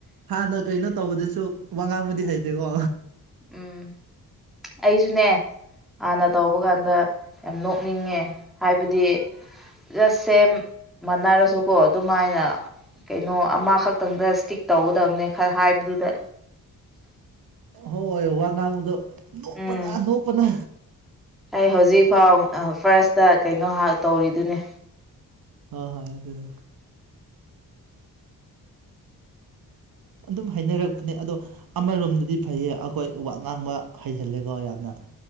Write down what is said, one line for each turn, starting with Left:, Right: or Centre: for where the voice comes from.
Right: ꯍꯥꯟꯅ ꯀꯩꯅꯣ ꯇꯧꯕꯗ ꯁ ꯋꯥꯉꯥꯡꯕꯨꯨꯗꯤ ꯍꯩꯇꯦꯀꯣ
Centre: ꯎꯝ ꯑꯩꯁꯨꯅꯦ ꯍꯥꯟꯅ ꯇꯧꯕ ꯀꯥꯟꯗ ꯌꯥꯝ ꯅꯣꯛꯅꯤꯡꯉꯦ ꯍꯥꯏꯕꯗꯤ ꯖꯁ ꯁꯦꯝ ꯃꯅꯔꯁꯨꯀꯣ ꯑꯗꯨꯃꯥꯏꯅ ꯀꯩꯅꯣ ꯑꯃꯈꯛꯇꯪꯗ ꯏꯁꯇꯤꯛ ꯇꯧꯒꯗꯕꯅꯦ ꯈꯔ ꯍꯥꯏꯕꯗꯨꯗ
Right: ꯍꯣꯏ ꯍꯣꯏ ꯋꯥ ꯉꯥꯡꯨꯗꯣ ꯅꯣꯛꯄꯅ
Centre: ꯎꯝ
Right: ꯅꯣꯛꯄꯅ
Centre: ꯑꯩ ꯍꯧꯖꯤꯛꯐꯥꯎ ꯐꯥꯔꯁꯇ ꯀꯩꯅꯣ ꯇꯧꯔꯤꯗꯨꯅꯦ
Right: ꯑ ꯍꯣꯏ ꯏ ꯑꯗꯨ ꯑꯗꯨ ꯑꯗꯨꯝ ꯍꯥꯏꯅꯔꯛꯄꯅꯦ ꯑꯗꯣ ꯑꯃꯔꯣꯝꯗꯗꯤ ꯐꯩꯌꯦ ꯑꯩꯈꯣꯏ ꯋꯥ ꯉꯥꯡꯕ ꯍꯩꯍꯜꯂꯦꯀꯣ ꯌꯥꯝꯅ